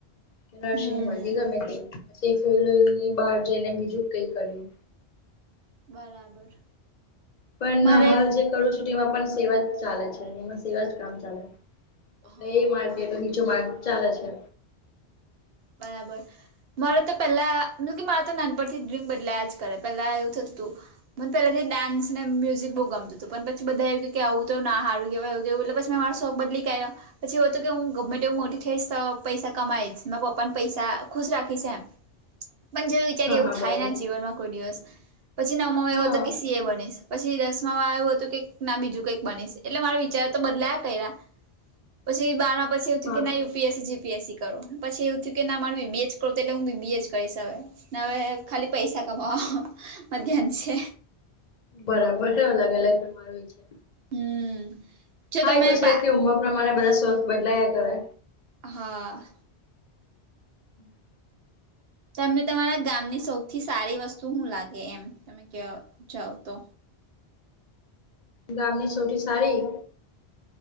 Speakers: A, on the left; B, on the right.
A: કે નર્સિંગ
B: હમ
A: હોય કે ગમે તે પછ ફિલ્ડ ની બહાર જઈને બીજું જ કઈ કર્યું.
B: બરાબર!
A: પણ
B: મારે
A: હાલ જે કરું છું એમાં પણ સેવા જ ચાલે છે એમાં સેવા જ કામ ચાલે.
B: હા
A: એટલે એ માર્ગેટ બીચો માર્ગ ચાલે છે.
B: બરાબર! મારે તો પેલા ન કે મારે તો ના. ઉપર થી ડ્રીમ બદલાયા જ કરે પેલા એવું થતું હતું. મને પેલાથી ડાન્સને મ્યુઝિક બહુ ગમતું હતું પણ પછીધ એું કે આવું ના હારું કેવાયું એટલે. મારો શોખ બદલીયા પી એ હતો કે હું
A: હા
B: મોટી થઈશ તો પૈસા કમાઈ પપ્પા ને પૈસા ખુશ રાખી છે એમ પણ જે. અત્યારે એવું
A: હા
B: થાય
A: બરાબર
B: ના જીવનમાં કોઈ દિવસ પછી ના ઉમાં
A: હા
B: એવો હતો કે સી એ બનીશ. પછી દસમામાં આવું હતું કે ના બીજું કઈક બની એટલે મારો વિચાર તો બદલાયા કર્યા. પછી બારમાં પછી એવું થું
A: હા
B: કે ના યુપીએસસી જીપીએસસી કરો. પછી એવું થયું કે ના મારવી બેજ કરું એટલે હું બી બેજ કરીશ સવે હવે ખાલી પૈસા કમા મધ્યાહન છે.
A: બરાબર છે લાગે તમારું છે
B: હમ જો
A: હા
B: તમે
A: એ તો
B: પા
A: છે ઉમર પ્રમાણે બધા સ્વખ બદલાયા કરે.
B: હા.
A: હમ.
B: તમને તમારા ગામની સૌથી સારી વસ્તુ શું લાગે એમ તમે ક જાવ તો.
A: ગામની સૌથી સારી.